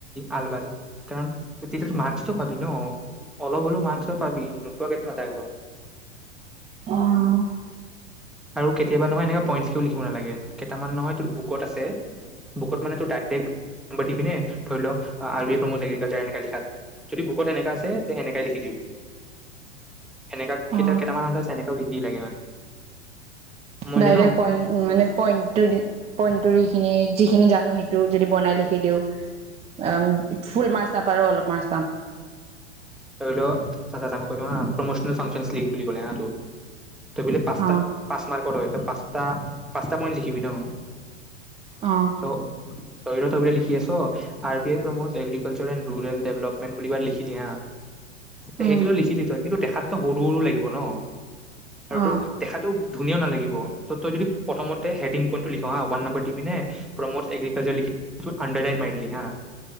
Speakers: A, in the centre; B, on the right.
A: আলবাল কাৰণ তেতি মাৰ্কটো পাবি ন অলপ হলেও মাৰ্কসটো পাবি নোপোৱাকে নাথাকে ন
B: অহ
A: আৰু কেতিয়াবা নহয় এনে পইন্ট কও লিখিব নালাগে। কেইটামান নহয় তোৰ বুকত আছে, বুকত মানে ড ড দিবিনে ধৰি লও প্ৰ এগাৰ লিখা যদি বুকত সেনেকা আছে তে সেনেকাই লিখি দিবি। এনেকা
B: অ
A: কেতিয়া কেইটামান আছে দি লাগে মানে। মই
B: ডাইৰেক্
A: জানো
B: পইন্ট মানে পইট পইখিনি। যিখিনি জানো সেইটো যদি বনাই লিখি দিওঁ অ ফুল মাছ চাপা অলপ মাছ পাম।
A: ধৰি ল মই ক হা প্ৰমচনেল ফাংচন লীগ বুলি ক'লে হটো। ত বলে পাঁচ
B: অ
A: পাঁচ মাৰ্কত হয় পচ পাঁচটা পইট লি শিব ন।
B: অহ
A: চ ধৰি ল লিখি আছ R B I promo agriculture and rural development বুলিৰ লিখিলি হা
B: উম
A: সেইটোতো লিখি দ থয় কিন্তু দেখাটোতো সৰু সৰু লাগিব ন। আৰু
B: অ
A: তোৰ দেখাতটো ধুনীয়া নালাগিব ত তই যদি প্ৰথমতে হডংই পয়ইনটো নম্ব ওৱান দিমানে প্ৰমোদ আগ্ৰিহকালচ লেখি আন্দাৰেড মাৰিদিলি হা